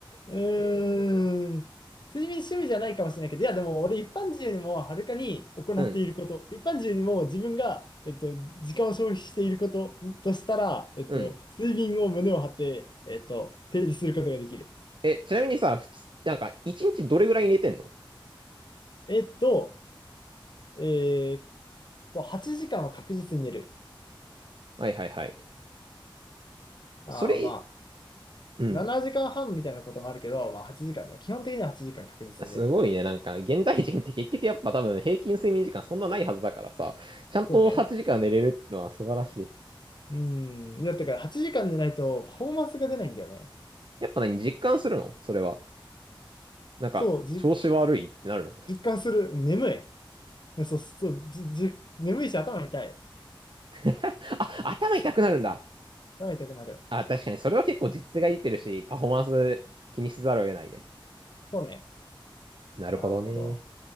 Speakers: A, on the left; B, on the right.
A: うーん。睡眠趣味じゃないかもしれないけど、いやでも俺一般人よりもはるかに行っていること、
B: <laughs> うん、
A: 一般人よりも自分が、えっと、時間を消費していることとしたら、えっと、
B: うん。
A: 睡眠を胸を張って、えっと、提示することができる。
B: え、ちなみにさ、普通、なんか一日どれぐらい寝てんの
A: えっと、えーっと、8時間は確実に寝る。
B: はいはいはい。
A: ああ、
B: それ、
A: まあ、
B: うん。
A: 7時間半みたいなこともあるけど、まあ8時間だ。基本的には8時間確実に寝る。
B: すごいね。なんか、現代人って結局やっぱ多分平均睡眠時間そんなないはずだからさ、ちゃんと8時間寝れるってのは素晴らしい。
A: そうね。うん。だってから8時間寝ないとパフォーマンスが出ないんだよね。
B: やっぱ何、実感するのそれは。なんか、
A: そう、じ、
B: 調子悪いってなるの
A: 実感する。眠い。そう、そう、じ、じ、眠いし頭痛い。
B: <laughs> あ、頭痛くなるんだ。
A: 頭痛くなる。
B: あ、確かにそれは結構実勢が出てるし、パフォーマンス気にせざるを得ないね。
A: そうね。
B: なるほどね。
A: なるほど。